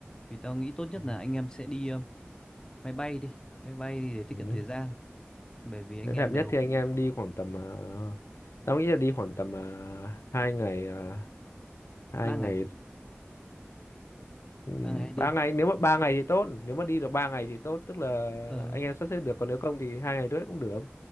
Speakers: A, on the left (about 20°); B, on the left (about 85°).
A: thì tao nghĩ tốt nhất
B: ừ.
A: là anh em sẽ đi ờ, máy bay đi máy bay đi để tiết
B: Ừ.
A: kiệm thời gian bởi vì anh
B: Nếu đẹp
A: em
B: nhất
A: đều
B: thì anh
A: cũng
B: em đi khoảng tầm ờ, tao nghĩ là đi khoảng tầm ờ, hai ngày ờ, hai
A: ba
B: ngày
A: ngày
B: ừm,
A: ba ngày hai đêm
B: ba ngày nếu mà ba ngày thì tốt nếu mà đi được ba ngày thì tốt tức là
A: Ờ,
B: anh em sắp xếp được còn nếu không thì hai ngày rưỡi cũng được